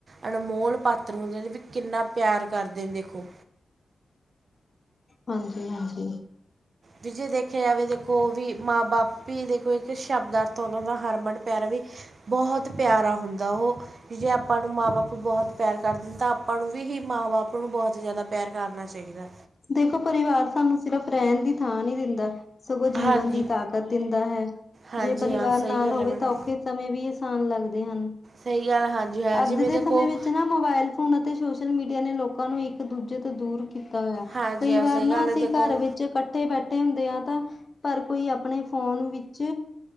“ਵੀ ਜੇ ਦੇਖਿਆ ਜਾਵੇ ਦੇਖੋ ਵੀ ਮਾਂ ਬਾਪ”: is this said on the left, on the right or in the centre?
Right